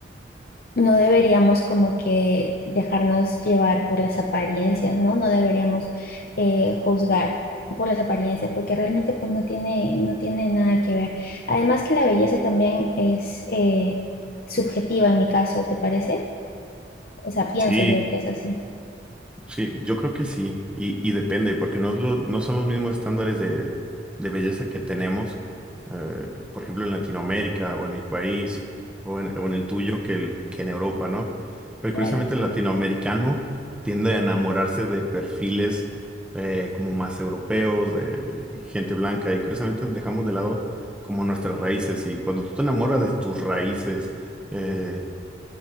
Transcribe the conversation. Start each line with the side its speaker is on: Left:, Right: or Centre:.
Left: no deberíamos como que dejarnos llevar por las apariencias, ¿no? No deberíamos eh, juzgar por las apariencias, porque realmente pues no tiene, no tiene nada que ver. Además que la belleza también es eh, subjetiva en mi caso, ¿te parece? O sea, pienso
Centre: Sí,
Left: yo que es así,
Centre: Sí, yo creo que sí, y, y depende, porque no, es lo- no son los mismos estándares de, de belleza que tenemos, eh, por ejemplo, en Latinoamérica o en mi país o en, o en el tuyo que, el- que en Europa, ¿no? Pero
Left: claro.
Centre: curiosamente el latinoamericano tiende a enamorarse de perfiles eh, como más europeos, de gente blanca, y curiosamente dejamos de lado como nuestras raíces, y cuando tú te enamoras de tus raíces, eh,